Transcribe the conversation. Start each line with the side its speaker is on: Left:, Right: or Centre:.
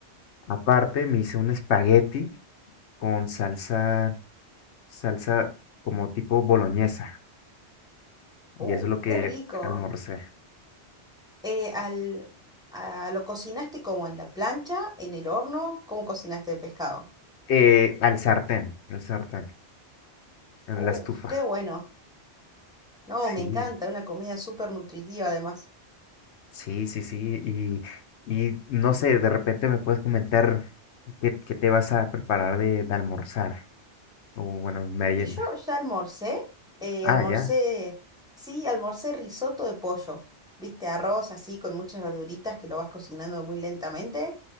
Left: aparte me hice un espagueti con salsa, salsa como tipo boloñesa. Y
Centre: Oh,
Left: eso es lo que
Centre: qué rico.
Left: almorcé.
Centre: Eh, al, a- ¿lo cocinaste como en la plancha, en el horno? ¿Cómo cocinaste el pescado?
Left: Eh, al sartén, al sartén, en
Centre: Oh,
Left: la estufa.
Centre: qué bueno. No,
Left: Sí.
Centre: me encanta, una comida súper nutritiva además.
Left: Sí, sí, sí, y, y no sé, de repente me puedes comentar qué, qué te vas a preparar de, de almorzar, o bueno, merienda.
Centre: Y yo ya almorcé, eh,
Left: Ah,
Centre: almorcé,
Left: ya,
Centre: sí, almorcé risotto de pollo, viste, arroz así con muchas verduritas que lo vas cocinando muy lentamente.